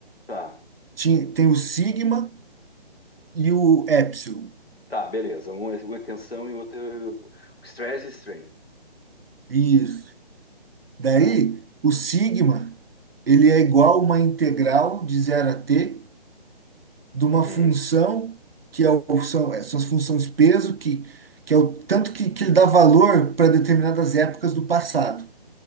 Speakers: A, on the left (about 70°); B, on the right (about 65°).
A: Tá,
B: Tinha, tem o sigma e o epsilon.
A: tá, beleza. Um é uma tensão e outro é o stress e strain.
B: Isso. Daí,
A: Tá.
B: o sigma, ele é igual a uma integral de zero a t de uma
A: Uhum.
B: função que é o, são essas funções peso que, que é o tanto que, que ele dá valor para determinadas épocas do passado.